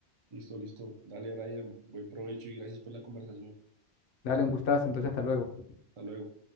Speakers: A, on the right; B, on the left.
A: Listo, listo. Dale, Brian, buen provecho y gracias por la conversación.
B: dale un gustazo, entonces hasta luego.
A: Hasta luego.